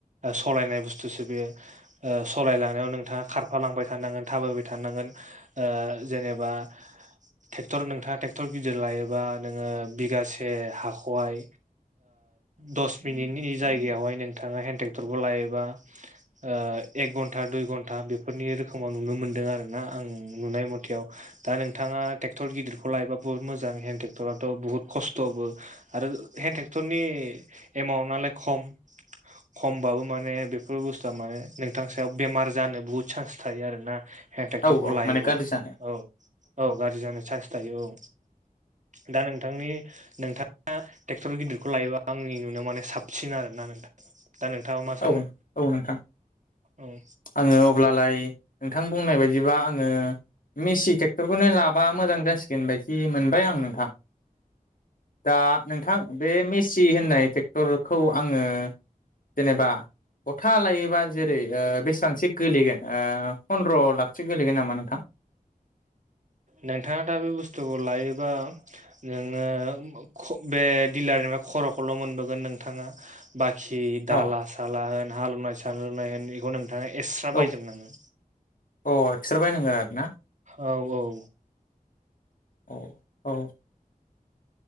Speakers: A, on the right (about 55°); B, on the left (about 65°).
A: सालायनाय बुस्थुसो बेयो सालायलांनायाव नोंथाङा खारफालांबाय था नोङो थाबायबाय थानांगोन जेनेबा ट्रेक्टर नोंथाङा ट्रेक्टर गिदिर लायोबा नोङो बिगासे हाखौहाय दस मिनिटनि जायगायावहाय नोंथांङा हेन टेक्टरखौ लायोबा ओ एख ख घनता दुय धनता बेफोरनि खमाव नुनो मोन्दों आरो ना आं नुनाय मथेआव दा नोंथाङा टेक्ट'र गिदिरखौ लायोब्ला बुहुत मोजां। बे हेन्द टेक्टराथ' बुहुत खस्थ'बो आरो हेन्द टेक्टरनि एमाउटलाय खम खमबाबो माने बेफोर बुस्थुआ माने नोंथां सायाव बेमार जानो बहुद सान्स थायो आरोना हेन टेक्टरखौ
B: औ औ
A: लायोबा
B: माने गाज्रि जानो
A: औ औ गाज्रि जानाय चान्स थायो औ दान नों थांनि नोंथाङा टेक्टर गिदिरखौ लायोबा आंनि नुनायाव माने साबसिन आरोना नोंथां दा नोंथाङा मा सानो
B: औ औ नोंथां
A: औ
B: आङो अब्लालाय नोंथां बुंनाय बायदिबा आङो मिसि ट्रेक्टरखौनो लाबा मोजां जासिगोन बायदि मोनबाय आं नोंथां दा नोंथां बे मेसि होननाय टेक्टरखौ आङो जेनेबा गथा लायोबा जेरै बेसेबांसो गोलैगोन फन्द्र' लाखसो गोलैगोन नामा नोंथां?
A: नोंथाङा दा बे बुस्थुखौ लायोबा नोङो बे डिलारनिफ्राय खर'खौल' मोनबोगोन नोंथाङा बाखि जि
B: अ
A: दाला साला होन हालेवनाय सालेवनाय होन बेखौ नों थाङा एक्स्रा
B: औ
A: बायजोबनांगोन
B: अ एकस्रा बायनांगोन आरो ना
A: औ औ
B: औ औ